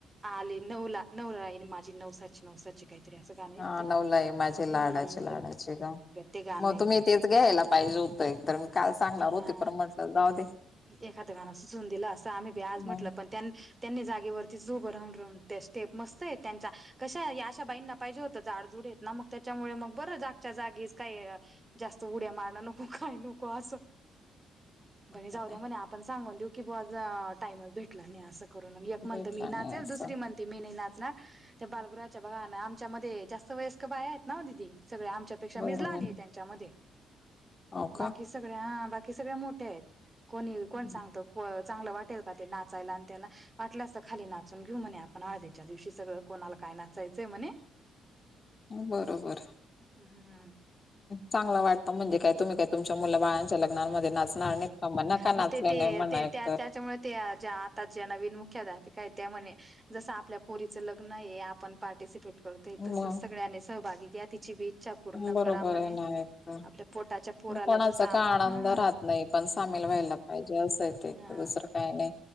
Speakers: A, on the right; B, on the left.
A: आली नऊला नवलाई माझी नवसाची नवसाची काहीतरी असं गाणं आहे
B: हा
A: ना ते
B: नवलाई माझी लाडाची
A: हम्म
B: लाडाची ग
A: ते गाणं
B: मग
A: येते
B: तुम्ही तेच घ्यायला पाहिजे होत एक तरर मी काल सांगणार
A: हा
B: होते पण म्हटलं जाऊ दे
A: एखादं गाणं सुचऊन न दिलं असंत आम्ही आज म्हटलं
B: मग
A: पण त्यां त्यांनी जागेवरती उभ राहून राहून त्या स्टेप मस्त आहे त्यांच्या कशा अशा बाईंना पाहिजे होत झाडजुड येत ना मग त्याच्यामुळे मग बरं जागच्या जागीच काही जास्त उड्या मारणं नको काही नको असं म्हणे जाऊ
B: मग
A: द्या
B: काय
A: म्हणे आपण सांगून देऊ की आज टाइमच भेटला नाही असं करु ना एक म्हणंत
B: भेटला
A: मी नाचेल
B: नाही असं
A: दुसरी म्हण मी नाही नाचणार त्या बालगृहाच्या बघान आमच्यामध्ये जास्त वयस्करबाह्याआहेत ना दीदी सगळे आमच्या त्यापेक्षा
B: बरोबर
A: मीच लहान त्यांच्यामध्ये
B: हो का
A: बाकी सगळ्या बाकी सगळ्या मोठ्या आहेत कोणी कोण
B: हम्म.
A: सांगत चांगलं वाटेल का ते नाचायला आणि त्याला वाटल्या असत खाली नाचून घेऊ म्हणे आपण आधीच्यादिवशी सगळं कोणाला काय नाचायचं म्हणे
B: बरोबर
A: हम्म
B: चांगलं वाटतं म्हणजे काय तुम्ही काय तुमच्या मुलं बाळांच्या लग्नांमध्ये नाचणार नाहीत का म्ह ना का
A: मग
B: नाचले
A: ते ते
B: नाही म्हण
A: ते
B: एकतर
A: त्याच्यामुळे त्या ज्या आता ज्या नवीन मुख्याध्यापिका आहेत त्या म्हणे जसं आपल्या पोरीचं लग्न आहे आपण पार्टिसिपेट करत
B: मग
A: तसच सगळ्यांनी सहभागी घ्या तिची बी इच्छा पूर्ण
B: बरोबर
A: करा म्हणे
B: आहे ना एकतर
A: आपल्या पोटाच्या पोराला
B: कोणाचा
A: जस आपण
B: काय आनंद
A: हं
B: राहत नाही पण सामील व्हायला पाहिजे असं य ते तर
A: हा
B: दुसरं काय नाही